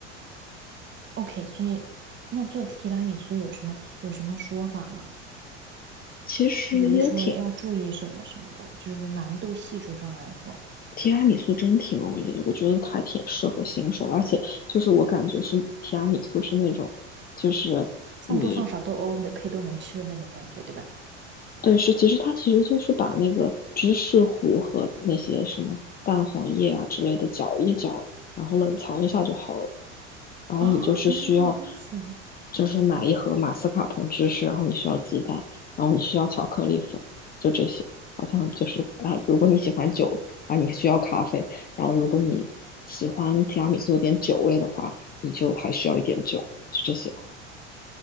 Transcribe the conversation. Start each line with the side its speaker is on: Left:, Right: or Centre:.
Right: ？OK，所以那做提拉米苏有什么有什么说法吗？
Left: 其实也挺
Right: 就比如说要注意什么什么的，就是说难度系数上来说。
Left: 提拉米苏真挺容易的，我觉得还挺适合新手的，而且就是我感觉是提拉米苏是那种，就是你
Right: 放多放少都哦哦的可以都能吃的那种感觉，对吧？
Left: 对，是，其实它其实就是把那个芝士糊和那些什么蛋黄液啊之类的搅一搅，然后冷藏一下就好了。然后你就是需要，
Right: 啊，原来如此，
Left: 就是买一盒马斯卡彭芝士，然后你需要鸡蛋，然后你需要巧克力粉，就这些。好像就是啊，如果你喜欢酒啊，你需要咖啡，然后如果你喜欢提拉米苏有点酒味的话，你就还需要一点酒，就这些。